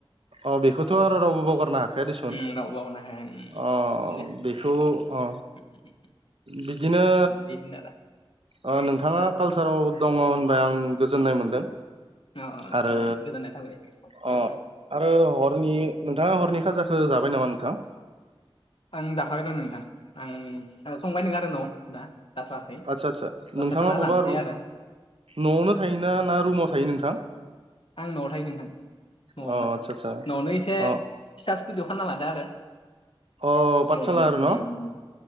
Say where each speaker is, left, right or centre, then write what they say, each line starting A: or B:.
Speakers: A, on the right (about 70°); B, on the left (about 60°).
A: अ बेखौथ आरो रावबो बावगारनो हाखाया दिसुन
B: उम रावबो बावगारनो हाया उम
A: अ
B: बेनो
A: बेखौ अ
B: उम, उम,
A: बिदिनो
B: उम, बिदिनो आरो
A: अ नोंथाङा कालसाराव दङ होनबाय आं गोजोननाय मोनदों
B: अ अ
A: आरो
B: गोजोन गोजोननाय थाबाय
A: अ
B: उम
A: आरो हरनि नोंथाङा हरनि खाजाखौ जाबाय नामा नोंथां?
B: आं <unintelligible> दं नोंथां आं संबाय नङा आरो नाव दा जाथ'वाखै
A: आदसा आदसा
B: दसे
A: नोंथाङा
B: थाना
A: बबा
B: जानोसै
A: रु
B: आरो
A: नआवनो थायोना ना रुमाव थायो नोंथां?
B: आं न'आव थायो नोंथां न'आवनो
A: अ आदसा आदसा
B: न'आवनो एसे
A: अ
B: फिसा स्टुडि खालामना लादो
A: अ पाठसाला
B: आरो <unintelligible>
A: न'